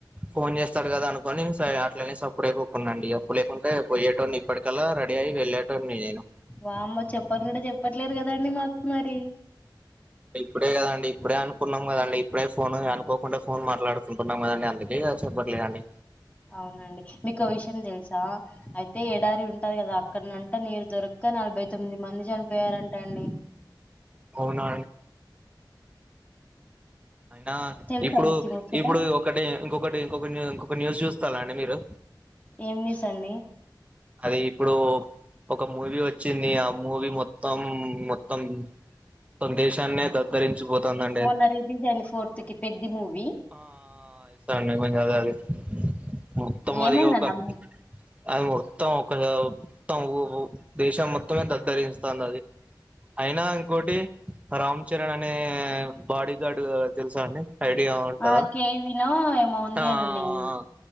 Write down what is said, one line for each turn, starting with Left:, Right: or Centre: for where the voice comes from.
Right: ఫోన్ చేస్తాడు కదా అనుకోని నేను స అట్లనె సప్పుడేక ఉకున్న అండి అప్పు లేకుంటే పోయేటో నీ ఇప్పటికల్లా రెడీ అయి వెళ్ళేటోనీ నేను
Left: వామ్మో చెప్పనుకుడ చెప్పట్లేదు కదండి మాకు మరి
Right: ఇప్పుడే కదండి ఇప్పుడే అనుకున్నాం కదండి ఇప్పుడే ఫోన్ అనుకోకుండా ఫోన్ మాట్లాడుకుంటున్నాం కదండి అందుకే ఇగా చెప్పట్లే అండి
Left: అవునండి మీకో విషయం తెలుసా అయితే ఎడారి ఉంటది కదా అక్కడనంట నీరు దొరక్క నలభై తొమ్మిది మంది చనిపోయారంట అండి
Right: అవునా అయినా
Left: తెలుసా
Right: ఇప్పుడు
Left: మీకీ ముచ్చట?
Right: ఇప్పుడు ఒకటి ఇంకొకటి ఇంకొకటి ఇంకొక న్యూస్ చూస్తారా అండి మీరు
Left: ఏం న్యూస్ అండి
Right: అది ఇప్పుడు ఒక మూవీ వచ్చింది ఆ మూవీ మొత్తం మొత్తం మొత్తం దేశాన్నే దద్దరించిపోతుందండి
Left: <unintelligible> కి పెద్ది మూవీ
Right: ఆ ఇస్తా అండి మీము అదే అదే మొత్తం అది
Left: ఏమైందండి
Right: ఒక
Left: ఆ మూ
Right: అది మొత్తం ఒక మొత్తం దేశం మొత్తమే దద్దరిస్తాంది అది అయినా ఇంకోటి రామ్ చరణ్ అనే బాడీ గార్డ్ తెలుసా అండి ఐడియా ఉంటదా
Left: ఆ కేవినో ఏమో ఉంది
Right: ఆ
Left: అండి నేమ్